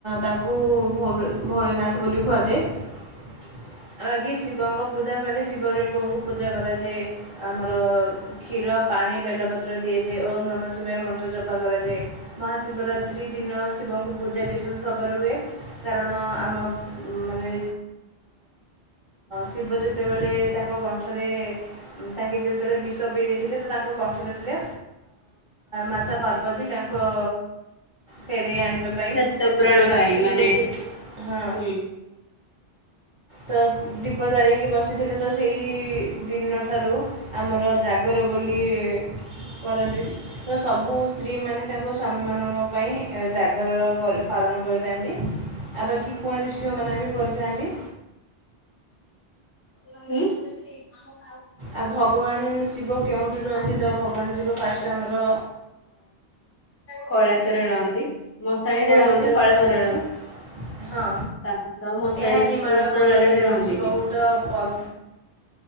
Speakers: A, on the right (about 35°); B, on the left (about 15°).
A: ତାକୁ ଭ ଭୋଳିନାଥ ବୋଲି କୁହାଯାଏ ଆଉ ଆଗ ଶିବଙ୍କ ପୂଜା କହିଲେ ଶିବଲିଙ୍ଗକୁ ପୂଜା କରାଯାଏ ଆମର କ୍ଷୀର ପାଣି ବେଲପତ୍ର ଦିଆଯାଏ ଓମ୍ ନମ ଶିବା ମନ୍ତ୍ର ଜପା କରାଯାଏ ମହାଶିବରାତ୍ରି ଦିନ ଶିବଙ୍କୁ ପୂଜା ବିଶେଷ ଭାବରେ ହୁଏ କାରଣ ଆମ ମାନେ ଶିବ ଯେତେବେଳେ ତାଙ୍କ କଣ୍ଠରେ ତାଙ୍କେ ଯେତେବେଳେ ସବଇ ଦେଇଥିଲେ ତ ତାଙ୍କ କଣ୍ଠରେ ଥିଲେ ମାତା ପାର୍ବତୀ ତାଙ୍କ ଫେରୋଇ ଆଣି ପାଇଁ
B: ସତ୍ୟ ପୂରଣ
A: ଗୋଟେ ରାତି
B: ପାଇଁ ମାନେ
A: ବୋଧେ ହଁ
B: ହୁଁ।
A: ତ ଦୀପ ଜାଳିକି ବସିଥିଲେ ତ ସେଇ ଦିନାରୁମ ଜାଗର ବୋଲି କରାଯାଇଛି ତ ସବୁ ସ୍ତ୍ରୀମାନେ ତାଙ୍କ ସ୍ୱାମୀମାନଙ୍କ ପାଇଁ ଜାଗର କରି ପାଳନ କରିଥାନ୍ତି ଆଉ ବାକି କୁଆଁରୀ ଝିଅମାନେ ବି କରିଥାନ୍ତି।
B: <inaudible>
A: ଆଉ ଭଗବାନ ଶିବ କେଉଁଠି ରୁହନ୍ତି ତ ଭଗବାନ ଶିବ ଫାଷ୍ଟ ଆମର
B: କୈଳାସରେ ରହନ୍ତି। ମଶାଣିୀରେ
A: କୈଳାସରେ
B: ରହନ୍ତି କୈଳାଶ୍ୱରରେ
A: ବାସ କରନ୍ତି
B: ରହନ୍ତି
A: ହଁ
B: ତା ସହ ମଶାଣି
A: ଏହା ହିମାଳୟ
B: ଶ୍ମଶାନରେ
A: ପର୍ବତରେ
B: ବି ରହନ୍ତି।
A: ରହିଛି ବହୁତ ହଁ